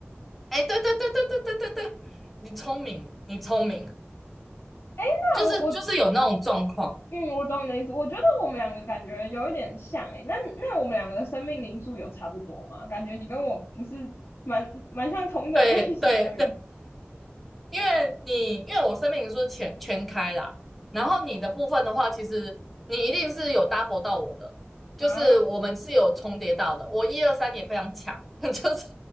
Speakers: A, in the centre; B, on the left.
A: 哎，对对对对对对对对，你聪明，你聪明，
B: 哎，
A: 就是就是有那种状况。
B: 那我我嗯，我懂你的意思。我觉得我们两个感觉有一点像哎、那那我们两个的生命灵数有差不多吗？感觉你跟我不是蛮蛮像同种类型的人
A: 对对因为你因为我生命灵数全全开啦，然后你的部分的话，其实你一定是有 double 到我的，就是我们是有重叠到的。
B: 啊。
A: 我一二三也非常强，<laughs> 就是